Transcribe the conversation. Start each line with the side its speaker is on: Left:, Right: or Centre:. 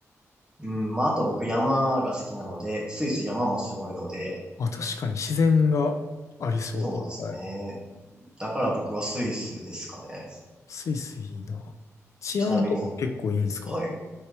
Right: うん、まあ、あと僕山が好きなので、スイス山もすごいので、
Left: あ、確かに自然がありそう。
Right: そうですね。
Left: いっぱい
Right: だから僕はスイスですかね。
Left: スイスいいな。治安とか結構いいんすか
Right: ちなみに、はい。